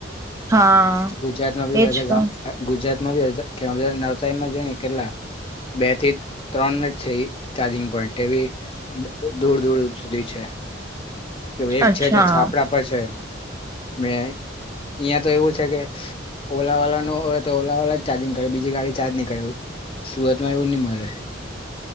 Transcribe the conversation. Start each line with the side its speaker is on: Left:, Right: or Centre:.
Right: હા
Left: ગુજરાતમાં બી
Right: એજ
Left: અડદા
Right: તો
Left: ગામ ગુજરાત <unintelligible> નવસારીમાં જઈ ને કેટલા બે થી ત્રણ જ છે એ ચાર્જિંગ પોઈન્ટ એવી દૂર-દૂર સુધી છે. તો એક
Right: અચ્છા
Left: છે જે છાપડા પર છે. ને અહીંયા તો એવું છે કે ઓલાવાળનુ હોય તો ઓલા વાળ જ ચાર્જિંગ કરે બીજી ગાડી ચાર્જ ની કરે સુરતમાં એવું ની મળે.